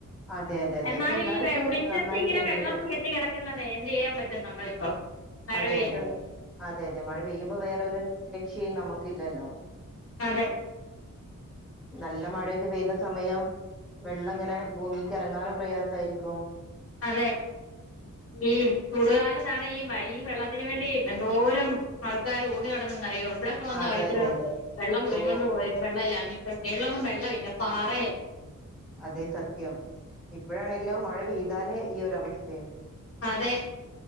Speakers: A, in the centre; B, on the left.
A: അതെ അതെ അതെ
B: എന്നാലും
A: ഇപ്പൊ എല്ലായിടത്തും
B: ഈ വെ മിറ്റത്തി
A: നന്നായിട്ട്ണ്ട്
B: ങ്ങനെ വെള്ളം കെ ട്ടി കെടക്കുന്നുന്നത് എന്തെയ്യാൻ പറ്റും നമ്മളിപ്പം മഴ
A: അതെ
B: പെയ്യുന്നത്
A: യതെ അതെ യതെ മഴ പെയ്യുമ്പോ വേറൊരു രക്ഷയും നമക്ക്ല്ലല്ലോ
B: അതെ
A: നല്ല മഴൊക്കെ പെയ്യുന്ന സമയം വെള്ളങ്ങനെ ഭൂമിക്കെറങ്ങാനും പ്രയാസായിരിക്കും
B: അതെ ഈ ചൂടുകാലത്താണ് ഈ മഴ ഈ വെള്ളത്തിന് വേണ്ടി എന്തോരം ആൾക്കാര് ഓടി നടന്നന്നറിയോ ഇവടൊക്കെ വന്നാ
A: അതെ
B: ഓരോര്ത്തര്
A: അതെ അതെ
B: വെള്ളം കോരിക്കൊണ്ട്
A: ഓ
B: പോയെ വെള്ളല്ലാഞ്ഞിട്ട് മേളിലെങ്ങും വെള്ളമില്ല പാറയെ
A: അതെ സത്യം. ഇപ്പോഴാണെങ്കിലോ മഴ പെയ്താലൊ ഈ ഒരവസ്‌ഥേ
B: അതെ.